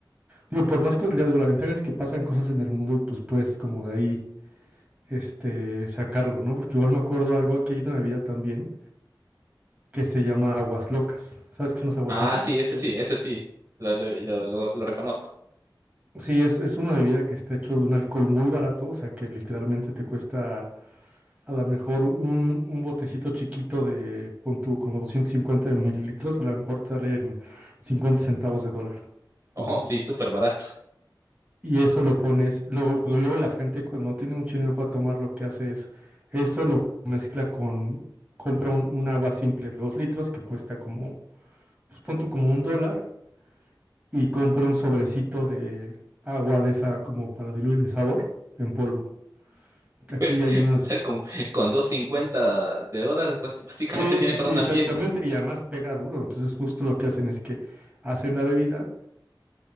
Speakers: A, on the right; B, on the right.
A: digo, por más cosas, digo, la ventaja es que pasan cosas en el mundo y pues puedes como de ahí, este, sacarlo, ¿no? Porque igual me acuerdo algo, aquí hay una bebida también que se llama aguas locas. ¿Sabes qué son las aguas
B: Ah,
A: locas?
B: sí, ese
A: O-
B: sí, ese sí, lo, lo, lo, lo, lo reconozco.
A: Sí, es, es una bebida que está hecho de un alcohol muy barato, o sea, que literalmente te cuesta a lo mejor un, un botecito chiquito de, pon tú, como 250 mililitros, a lo mejor te salen 50 centavos de dólar, pon
B: Oh,
A: tú.
B: sí, súper barato. <laughs>
A: y eso lo pones. Luego, luego la gente cuando no tiene mucho dinero para tomar, lo que hace es eso lo mezcla con, compra un, un agua simple de dos litros que cuesta como, pues pon tú como un dólar y compra un sobrecito de agua de esa como para diluir de sabor en polvo. Que Aquí
B: Pues,
A: hay unas...
B: O sea, con, con dos cincuenta de dólares, pues, básicamente
A: Sí,
B: tienen
A: sí,
B: para
A: sí,
B: una
A: exactamente.
B: fiesta.
A: Y además pega duro. Entonces justo lo que hacen es que hacen la bebida